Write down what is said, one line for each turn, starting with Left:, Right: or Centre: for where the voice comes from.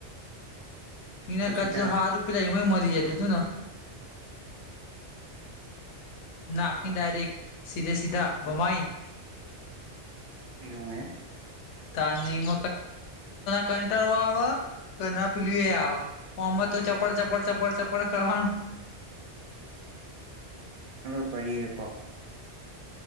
Left: ને
Right: પછી
Left: કચ
Right: થાય
Left: હાર પલાય મ જ તું તું નાકિ ડાયરેક્ટ સીધે સધા બમાઈન
Right: કેવું એમ
Left: તમ કંટળ આવે કે ના પીલી આવે આમાં તો ચપળ ચપડ ચપળ ચપળ કરવાનું
Right: હ કરીએ કોક